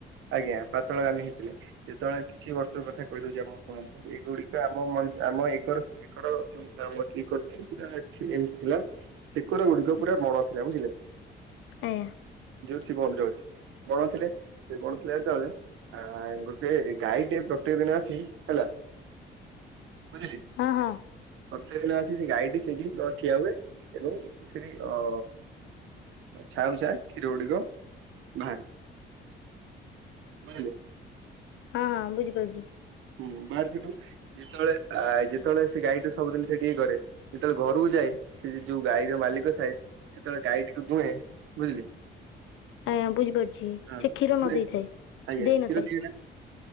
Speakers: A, on the right (about 85°); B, on the left (about 80°).
A: ଆଜ୍ଞା ପାତଳ ଗାଲି ହେଇଥିଲେ। ଯେତେବେଳେ କିଛି ବର୍ଷ କଥା କହିଦଉଚି ଆପଣ ଶୁଣନ୍ତୁ ଏଇଗୁଡିକ ଆମ ମା ଆମ ଏକର ଏକର ଯୋଉ ଗ୍ରାମକି କରିଚନ୍ତି ପୁରା ଏଖି ଏମିତି ଥିଲା। ସେକୁର ଗୁଡିକ ପୁରା ବଣ ଥିଲା ବୁଝିଲେ।
B: ଆଜ୍ଞା।
A: ଯଉଠି ଶିବ ମନ୍ଦିର ଅଛି ବଣଥିଲେ ସେ ବଣ ଥିଲା ଯେତେବେଳେ। ଆ ଗୋଟେ ଗାଈ ଟେ ପ୍ରତ୍ୟେକ ଦିନ ଆସି ହେଲା। ବୁଝିଲେ।
B: ହଁ ହଁ
A: ପ୍ରତେକ ଦିନ ଆସି ସେ ଗାଈଟି ସେଇଠି ପ୍ର ଠିଆ ହୁଏ ଏବଂ ସେଠି ଅ ଛାଉଁ ଛାଏ କ୍ଷୀର ଗୁଡିକ ବାହାରି। ବାଣିଲେ।
B: ହଁ ହଁ ବୁଝିପାରୁଚି।
A: ହୁଁ ବାହାରେ ସେଠୁ ଯେତବଳେ ଆ ଯେତବଳେ ସେ ଗାଈଠୁ ସବୁଦିନ ସେଠି ହି କରେ। ଯେତେବେଳେ ଘରକୁ ଯାଏ ସେ ଯୋଉ ଗାଈର ମାଲିକ ଥାଏ। ଯେତେବେଳେ ଗାଈଟିକୁ ଦୁହେଁ ବୁଝିଲେ।
B: ଆଜ୍ଞା ବୁଝିପାରୁଛି
A: ହଁ
B: ସେ କ୍ଷୀର
A: ଦୂରେ
B: ନ ଦେଇଥାଏ
A: ଆଜ୍ଞା
B: ଦେଇନଥାଏ
A: କ୍ଷୀର ଦିଏନା।